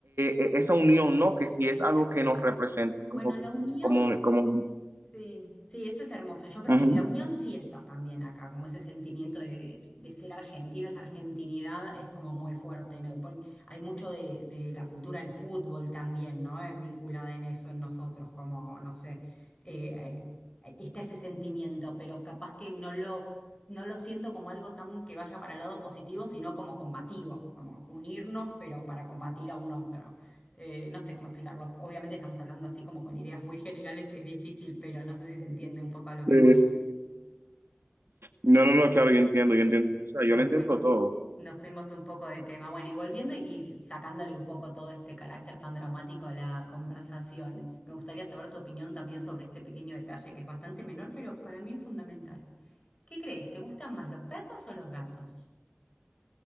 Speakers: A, on the right (about 80°); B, on the left (about 25°).
A: eh, esa unión, ¿no? Que sí
B: eso
A: es algo
B: está bueno.
A: que nos representa
B: Bueno,
A: a nosotros
B: la unión,
A: como, como...
B: sí, sí, eso es hermoso. Yo creo
A: Ujú.
B: que la unión sí está también acá, como ese sentimiento de, de ser argentino, esa argentinidad es como muy fuerte, ¿no? Porque hay mucho de, de la cultura del fútbol también, ¿no? Eh, vinculada en eso, en nosotros, como, no sé, eh, eh, está ese sentimiento, pero capaz que no lo, no lo siento como algo tan que vaya para el lado positivo, sino como combativo, como unirnos, pero para combatir a un otro eh, no sé cómo explicarlo. Obviamente estamos hablando así como con ideas muy generales y es difícil, pero no sé si se entiende un poco a lo
A: Sí.
B: que voy.
A: No,
B: Este,
A: no, no, claro, yo entiendo, yo entiendo. O sea,
B: nos
A: yo lo entiendo
B: fuimos,
A: todo.
B: nos fuimos un poco de tema. Bueno, y volviendo y sacándole un poco todo este carácter tan dramático a la conversación, me gustaría saber tu opinión también sobre este pequeño detalle que es bastante menor, pero para mí es fundamental. ¿Qué crees? ¿Te gustan más los perros o los gatos?